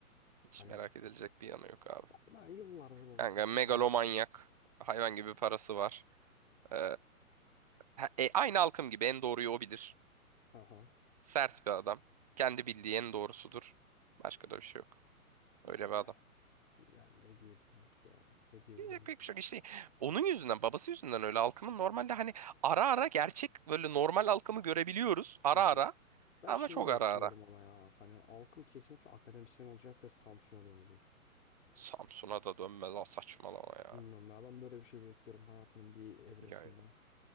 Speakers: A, on the right; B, on the left.
A: Hiç
B: Hani
A: merak edilecek bir yanı yok abi.
B: ben yıllardır babasını
A: Kanka
B: çok
A: megalomanyak.
B: merak ettim.
A: Hayvan gibi parası var. Ee, ha- e, aynı halkım gibi en doğruyu o bilir.
B: Aha.
A: Sert bir adam. Kendi bildiği en doğrusudur. Başka da bir şey yok.
B: Yani
A: Öyle bir adam.
B: yani ne diyebilirim ki ya? Ne diyebilirim
A: Diyecek pek
B: ki?
A: bir şey yok. İşte onun yüzünden, babası yüzünden öyle halkımın normalde hani ara ara gerçek böyle normal halkımı görebiliyoruz. Ara
B: Hı hı.
A: ara
B: Ben
A: ama
B: şeyi
A: çok
B: bekliyorum
A: ara ara.
B: ama ya. Hani halkım kesinlikle akademisyen olacak ve Samsun'a dönecek.
A: Samsun'a da dönmez ha saçmalama ya.
B: Bilmiyorum ya ben böyle bir şey bekliyorum hayatının bir evresinde.
A: Ya